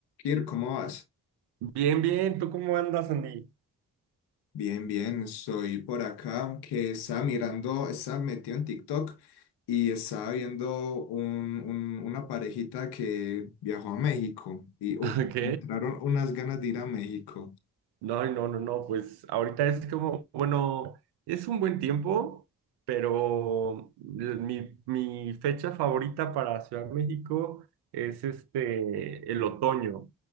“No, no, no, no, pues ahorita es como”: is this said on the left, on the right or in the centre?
Right